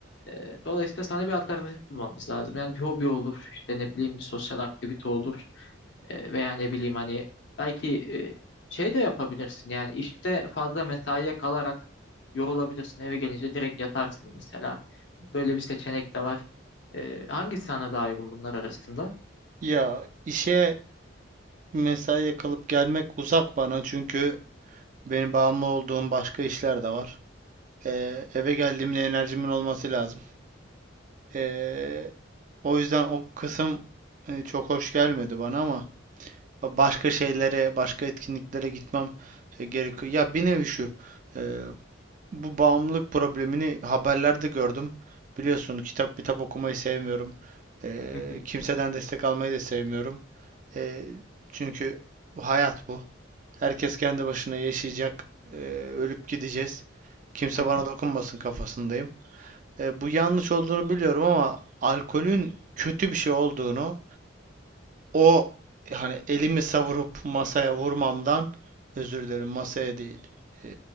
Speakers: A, on the left; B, on the right.
A: Ee, dolayısıyla sana bir alternatif bulmamız lazım. Yani bir hobi olur, işte ne bileyim bir sosyal aktivite olur Ee, veya ne bileyim hani belki e, şey de yapabilirsin yani işte fazla mesaiye kalarak yorulabilirsin. Eve gelince direkt yatarsın mesela. Böyle bir seçenek de var. Ee, hangisi sana daha uygun bunlar arasında?
B: Ya işe mesaiye kalıp gelmek uzak bana çünkü benim bağımlı olduğum başka işler de var. Ee, eve geldiğimde enerjimin olması lazım. Ee, o yüzden o kısım e, çok hoş gelmedi bana ama başka şeylere, başka etkinliklere gitmem e, gerekiyor. Ya bir nevi şu, e, bu bağımlılık problemini haberlerde gördüm. Biliyorsun kitap kitap okumayı sevmiyorum. Ee,
A: Hı hı,
B: kimseden destek almayı da sevmiyorum. Ee, çünkü hayat bu. Herkes kendi başına yaşayacak. Ee, ölüp gideceğiz. Kimse
A: hı hı.
B: bana dokunmasın kafasındayım. E, bu yanlış olduğunu biliyorum ama alkolün kötü bir şey olduğunu o hani elimi savurup masaya vurmamdan özür dilerim masaya değil e,